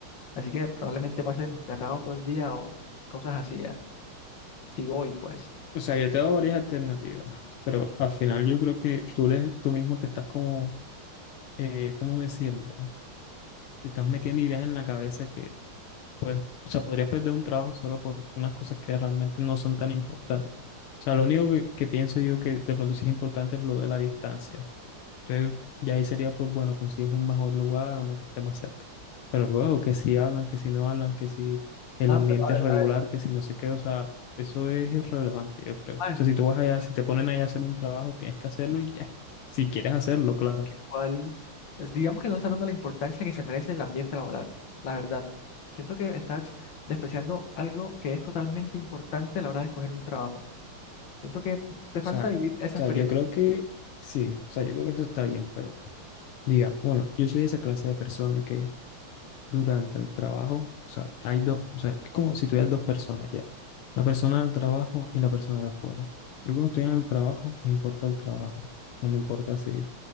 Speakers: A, on the left; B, on the left.
A: Así que probablemente pase encerrado todo el día o cosas así ya. Si voy, pues.
B: O sea, yo te he dado varias alternativas, pero al final yo creo que tú, le- tú mismo te estás como, eh, ¿cómo decirlo? Te estás metiendo ideas en la cabeza que, pues, o sea, podrías perder un trabajo solo por unas cosas que realmente no son tan importantes. O sea, lo único que, que pienso yo que de pronto sí es importante es lo de la distancia. Entonces, ya ahí sería, pues bueno, consigues un mejor lugar, uno que esté más cerca. Pero luego, que si hablan, que si no hablan, que si el
A: Man,
B: ambiente
A: pero a ver,
B: es regular,
A: a ver,
B: que si no sé qué, o sea, eso es irrelevante, yo creo. O
A: man,
B: sea, si tú vas allá, si te ponen allá a hacer un trabajo, tienes que hacerlo y ya. Si quieres hacerlo, claro. O
A: ¿cuál? es- digamos que no le estás dando la importancia que se merece el ambiente laboral, la verdad. Siento que estás despreciando algo que es totalmente importante a la hora de escoger un trabajo. Siento que te
B: sea,
A: falta vivir
B: o
A: esa
B: sea,
A: experiencia.
B: yo creo que sí, o sea, yo creo que eso está bien, pero diga, bueno, yo soy esa clase de persona que durante el trabajo, o sea, hay dos, o sea, es como si tuvieras dos personas ya, la persona del trabajo y la persona de afuera. Yo cuando estoy en el trabajo, me importa el trabajo, no me importa si, o